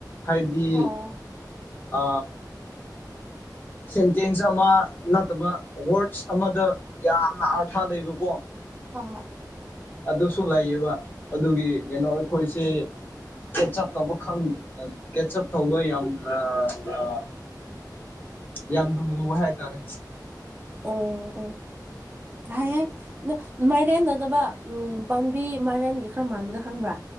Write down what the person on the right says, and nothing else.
ꯑꯣ
ꯑꯥ
ꯎꯝ ꯎꯝ ꯍꯩꯌꯦꯡ ꯅ ꯃꯥꯏꯔꯦꯟ ꯗ ꯗꯗ ꯎꯝ ꯄꯥꯟꯕꯤ ꯃꯥꯏꯔꯦꯟꯒꯤ ꯈꯔ ꯃꯥꯟꯕꯗ ꯈꯪꯕ꯭ꯔꯥ